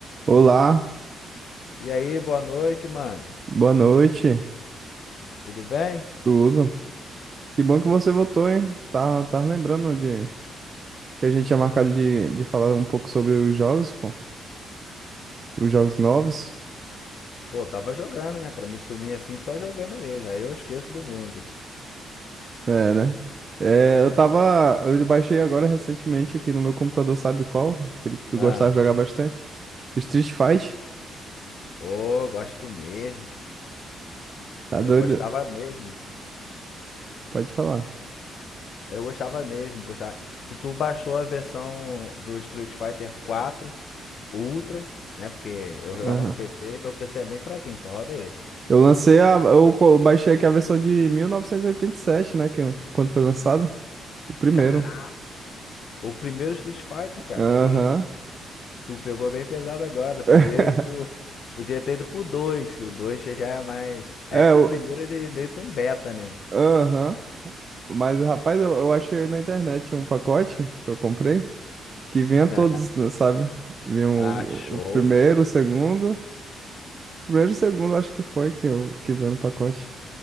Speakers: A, on the right; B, on the left.
A: Olá,
B: E aí, boa noite, mano.
A: boa noite,
B: Tudo bem?
A: tudo? Que bom que você voltou, hein? Tá, tá lembrando de que a gente tinha marcado de, de falar um pouco sobre os jogos, pô, os jogos novos.
B: Pô, tava jogando, né? Pra me sumir assim, só jogando mesmo. Aí eu esqueço do mundo.
A: É, né? É, eu tava, eu baixei agora recentemente aqui no meu computador, sabe qual? Aquele que tu
B: Ah,
A: gostava de jogar bastante. Street Fight,
B: ô, gosto mesmo.
A: tá
B: Eu
A: doido?
B: gostava mesmo.
A: Pode falar.
B: Eu gostava mesmo, gostava. Se tu baixou a versão do Street Fighter 4 Ultra, né? Porque eu jogava
A: Aham.
B: no PC, meu PC é bem fraquinho, só roda esse.
A: Eu lancei a, eu co- baixei aqui a versão de 1987, né, que quando foi lançado, o primeiro.
B: Caraca, o primeiro Street Fighter, cara.
A: Aham.
B: Que isso? Tu pegou bem pesado agora. Podia
A: <laughs>
B: ir pro, podia ter ido pro 2. O 2 já é mais. É
A: É,
B: que
A: o,
B: o primeiro ele é meio que um beta, né?
A: Aham. Mas, rapaz, eu, eu achei na internet um pacote que eu comprei que vinha todos,
B: <laughs>
A: né, sabe? Vinha o,
B: Ah, show.
A: o primeiro, o segundo. O primeiro e o segundo, acho que foi que, eu, que veio no pacote.